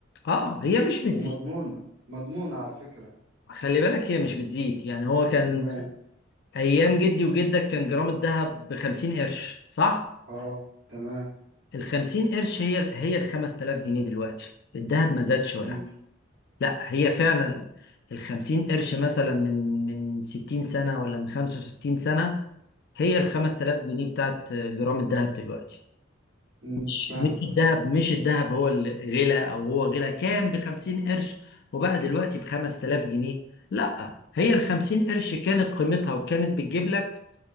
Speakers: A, on the left; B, on the right.
A: اه هي مش بتزيد
B: ومضمونه مضمونه على فكره
A: خلي بالك هي مش بتزيد يعني هو كان
B: مال
A: ايام جدي وجدك كان جرام الذهب ب 50 قرش صح
B: اه تمام
A: ال 50 قرش هي هي ال 5000 جنيه دلوقتي الذهب ما زادش ولا
B: امم
A: لا هي فعلا الخمسين قرش مثلا من من ستين سنة ولا من خمسة وستين سنة هي الخمس تلاف جنيه بتاعت جرام الذهب دلوقتي
B: أمم،
A: مش
B: فاهمك
A: مش الذهب مش الذهب هو اللي غلا أو هو غلا كان بخمسين قرش وبقى دلوقتي بخمس تلاف جنيه لا هي الخمسين قرش كانت قيمتها وكانت بتجيب لك